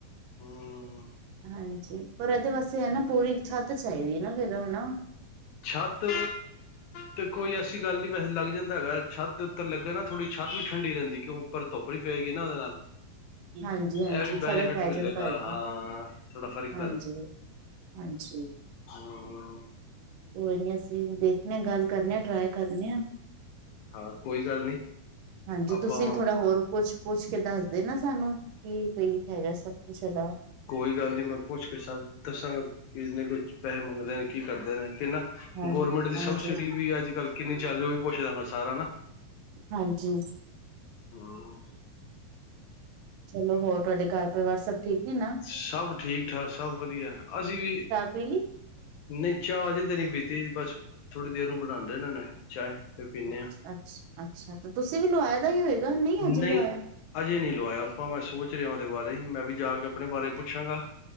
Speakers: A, on the left (about 80°); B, on the right (about 75°).
A: ਹਾਂ
B: ਹਾਂਜੀ ਪਰ ਇਹਦੇ ਵਾਸਤੇ ਹਨਾ, ਪੂਰੀ ਛੱਤ ਚਾਹੀਦੀ ਨਾ, ਫੇਿਰ ਹਨਾ।
A: ਛੱਤ ਤੇ ਕੋਈ ਐਸੀ ਗੱਲ ਨੀ ਵੈਸੇ ਲੱਗ ਜਾਂਦਾ ਹੈਗਾ, ਛੱਤ ਦੇ ਉੱਤੇ ਲੱਗੇ ਨਾ ਥੋੜ੍ਹੀ ਛੱਤ ਵੀ ਠੰਡੀ ਰਹਿੰਦੀ ਕਿਉਂ, ਪਰ ਧੁੱਪ ਵੀ ਪਏਗੀ ਨਾ ਉਹਦੇ ਨਾਲ,
B: ਹਾਂਜੀ, ਹਾਂਜੀ
A: ਇਹ ਵੀ ਬੈਨੀਫਿਟ
B: ਫ਼ਰਕ ਪੈ
A: ਮਿਲੇਗਾ
B: ਜਾਂਦਾ ਹੈਗਾ,
A: ਹਾਂ ਥੋੜਾ ਫ਼ਰਕ
B: ਹਾਂਜੀ। ਹਾਂਜੀ।
A: ਹਾਂ
B: ਕੋਈ ਨਹੀ ਅਸੀਂ ਵੀ ਵੇਖਦੇ ਹਾਂ ਗੱਲ ਕਰਦੇ ਹਾਂ ਟਰਾਏ ਕਰਦੇ ਆ।
A: ਹਾਂ ਕੋਈ ਗੱਲ ਨੀ
B: ਹਾਂਜੀ
A: ਆਪਾਂ
B: ਤੁਸੀਂ ਵੀ ਥੋੜਾ ਹੋਰ, ਪੁੱਛ, ਪੁੱਛ ਕੇ ਦੱਸਦੇ ਨਾ ਸਾਨੂੰ ਕੀ, ਕੀ ਹੈਗਾ ਸਭ ਕੁਛ ਇਹਦਾ,
A: ਕੋਈ ਗੱਲ ਨਹੀਂ ਮੈਂ ਪੁੱਛ ਕੇ ਸਭ ਦੱਸਾਂਗਾ, ਕਿ ਇੰਨੇ ਕੁਝ ਪੈਸੇ ਮੰਗਦਾ, ਬੈਂਕ ਕੀ ਕਰਦੇ ਨੇ ਫ ਨਾ
B: ਹਾਂਜੀ
A: ਗੌਰਰਮੈਂਟ ਦੀ
B: ਹਾਂਜੀ
A: ਸਬਸਿਡੀ ਵੀ ਅੱਜ ਕੱਲ ਕਿੰਨੀ ਚੱਲ ਰਹੀ ਉਹ ਵੀ ਪੁੱਛਦਾਗਾ ਸਾਰਾ ਹਨਾ।
B: ਹਾਂਜੀ।
A: ਹਮ
B: ਚਲੋ ਹੋਰ ਤੁਹਾਡੇ ਘਰ ਪਰਵਾਰ ਸਭ ਠੀਕ, ਨੇ ਨਾ
A: ਸਭ ਠੀਕ, ਠਾਕ ਸਭ ਵੱਧੀਆ ਅਸੀਂ ਵੀ,
B: ਪਈਲੀ
A: ਨਹੀਂ ਚਾਹ ਅਜੇ ਤਾਂ ਨਹੀਂ ਪੀਤੀ ਬਸ ਥੋੜ੍ਹੀ ਦੇਰ ਨੂੰ ਬਣਾਂਦੇਹੇ ਨੇ ਚਾਹ ਫਿਰ ਪੀਂਦੇ
B: ਅੱਛਾ
A: ਹਾਂ,
B: ਅੱਛਾ, ਤੇ ਤੁਸੀਂ ਵੀ ਲਵਾਏ ਦਾ ਹੀ ਹੋਏਗਾ ਹਜੇ
A: ਨਹੀਂ
B: ਲਵਾਇਆ
A: ਅਜੇ ਨਹੀਂ ਲਵਾਇਆ ਆਪਾਂ, ਮੈਂ ਸੋਚ ਰਿਹਾ ਉਹਦੇ ਬਾਰੇ ਮੈਂ ਵੀ ਜਾ ਕੇ ਆਪਣੇ ਬਾਰੇ ਪੁੱਛਾਂਗਾ,